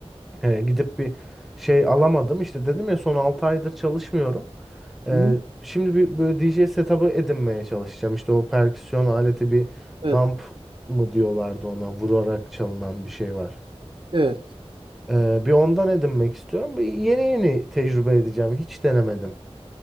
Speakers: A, in the centre; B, on the right.
A: E, gidip bir şey alamadım. İşte dedim ya son 6 aydır çalışmıyorum. E,
B: Hı?
A: şimdi bir böyle D J setup'ı edinmeye çalışacağım. İşte o perküsyon aleti bir
B: Evet,
A: dump mı diyorlardı ona vurarak çalınan bir şey var.
B: evet.
A: E, bir ondan edinmek istiyorum. Bir Yeni yeni tecrübe edeceğim. Hiç denemedim.